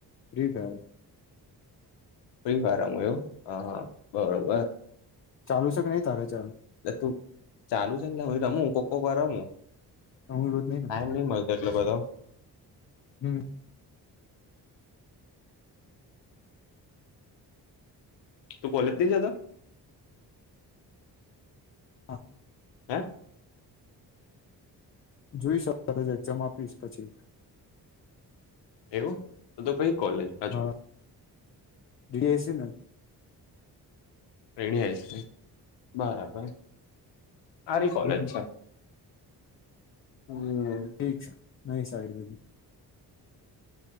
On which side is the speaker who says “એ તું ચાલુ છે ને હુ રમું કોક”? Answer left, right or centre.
Left